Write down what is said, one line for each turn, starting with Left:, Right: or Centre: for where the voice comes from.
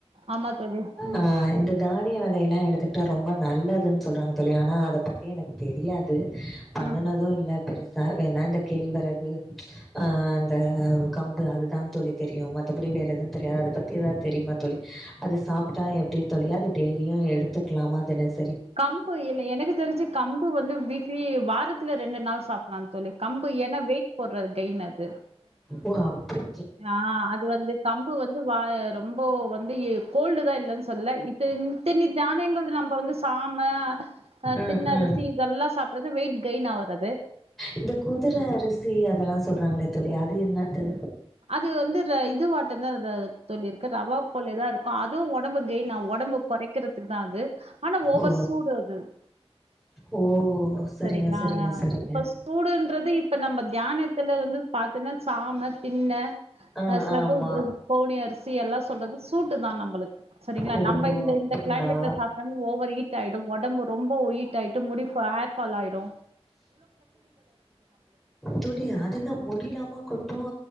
Right: ஆமா தோழி உம்.
Centre: ஆ இந்த தானிய வகையெல்லா எடுத்துக்கிட்டா ரொம்ப நல்லதுன்னு சொல்றாங்க தோழி ஆனா அத பத். த்தே எனக்கு தெரியாது பண்ணுனது
Right: ம்
Centre: இல்ல. பெருசா வேணா இந்த கேழ்வரகு ம்ச் இந்த கம்பு அதுதா தோழி தெரியு மத்தபடி வேறு எதுவு தெரியாது அத பத்தி எதாவது தெரியுமா தோழி. அது சாப்டா எப்படி. அது டெய்லியு எடுத்துக்கலாமா தினேக்ஷ்.
Right: கம்பு இல்ல எனக்கு தெரிஞ்சு கம்பு வந்து வீக்லி வாரத்துல. இரண்டு நாள் சாப்படலாம். தோழி கம்பு என்ன வெயிட் போடுறது கைனு அது
Centre: ஓ அப்டி
Right: ஆஹ் அது வந்து கம்பு வந்து வா ரொம்ப வந் வந்து கோல்டு தா இல்லன்னு சொல்ல இத்தத்தனி தானியங்கள் நம்ம வந்து சாம ஆஹ்
Centre: ம்
Right: தின்ணரிசி
Centre: ம்.
Right: இதெல்லா சாப்டுறது வெயிட் கைனா ஆவரறது
Centre: இந்த குதுர அரிசி அதெல்லா சொல்றாங்களோ தோழி அது என்னது
Right: அது வந்து ர இதுவாட்ட தா தோழி இருக்கு ரவா போலதா இருக்கு அதுவு ஒடம்பு கெயின் ஆவு ஒடம்பு கொறைக்றதுக்கு தா அது ஆனா ஓவர்
Centre: ஓ
Right: சூடு அது
Centre: ஓ சரிங்க
Right: சரிங்களா
Centre: சரிங்க சரிங்க.
Right: இப்ப சூடுன்றது இப்ப நம்ம தியானத்துல வந்து பாத்தினா சாமத் தின்ன
Centre: ஆ
Right: அஹ் ச
Centre: ஆமா
Right: கோனி அரிசி எல்லா சொல்றது சூ தான் நம்பளுக்கு சரிங்களா
Centre: ஓ
Right: நம்ம இந்த
Centre: அப்டிங்களா
Right: இந்த கிளைமேட்ல சாப்பிட்ட ஓவர் ஹீட் ஆயிடு ஒடம்பு ரொம்ப ஈட் ஆயிட்டு முடி ஹேர்பால் ஆயிடு
Centre: துளி அதன முடிலாம கொட்டும்